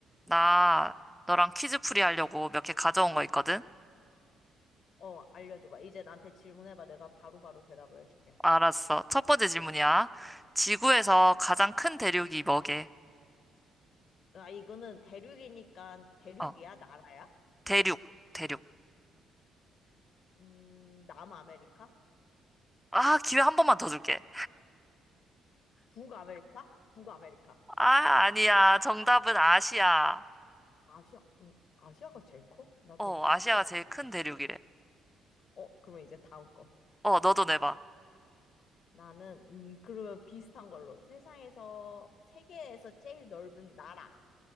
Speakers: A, in the centre; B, on the left.
A: 나 너랑 퀴즈풀이 하려고 몇 개 가져온 거 있거든?
B: 어, 알려줘봐. 이제 나한테 질문해봐. 내가 바로바로 대답을 해줄게.
A: 알았어. 첫 번째 질문이야. 지구에서 가장 큰 대륙이 뭐게?
B: 아, 이거는 대륙이니까 대륙이야?
A: 어,
B: 나라야?
A: 대륙, 대륙.
B: 음, 남아메리카?
A: 아, 기회 한 번만 더 줄게.
B: 북아메리카? 북아메리카.
A: 아, 아니야. 정답은 아시아.
B: 아시아, 음, 아시아가 제일 커? 나
A: 어,
B: 되게 상식이
A: 아시아가
B: 없는데.
A: 제일 큰 대륙이래.
B: 어, 그러면 이제 다음 거.
A: 어, 너도 내봐.
B: 나는, 음, 그러면 비슷한 걸로. 세상에서, 세계에서 제일 넓은 나라.